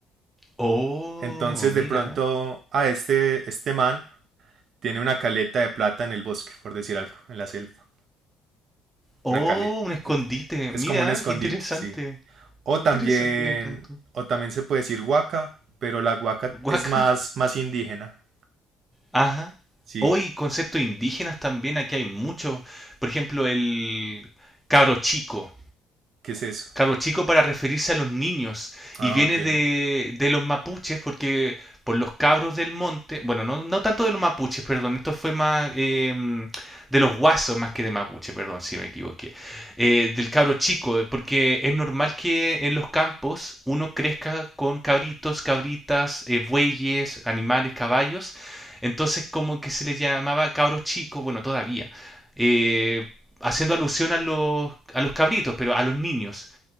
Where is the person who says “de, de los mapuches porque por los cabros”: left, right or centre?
Centre